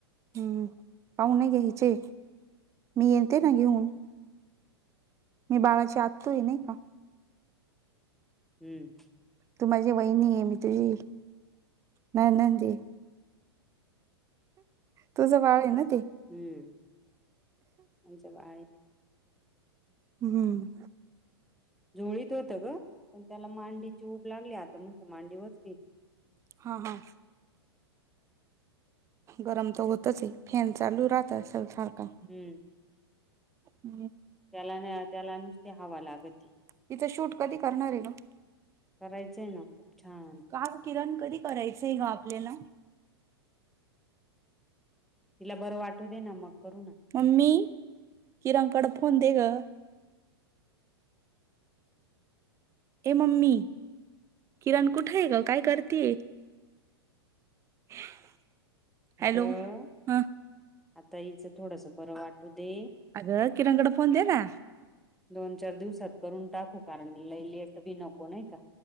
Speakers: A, on the right; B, in the centre.
A: हम्म पाहु नाय घ्या्याचे मी यते ना घेऊन मी बाळाची आत्तुय नाही का
B: हम्म
A: तू माझी वहिणी आहे मी तुझी ननंदय तूझ बाळय ना ते
B: हम्म आमच्या बाहेर
A: हम्म
B: झोळीत होत ग पण त्याला मांडीची उऊब लागली आता म्हस्त मांडी वचली
A: हा हा गरम तर होतच आहे फॅन चालू राहत असल सारखा
B: हम्म
A: हम्
B: त्याला न त्याला नुसती हवं लागत
A: तिचा शूट कधी करणार आहे ग
B: करायचंय ना खूप छान
A: का किरण कधी करायचंय ग आपल्याला
B: तिला बरं वाटू दे ना मग करू ना
A: ममी किराणकड फोन दे ग ए मम्मी किरण कुठे आहे ग काय करते हम हॅलो
B: अगं
A: ह
B: आता हिचं थोडस बरं वाटू दे
A: अग किरणकड फोन दे ना
B: दोन चार दिवसात करून टाकू कारण लय लेट बी नको नाही का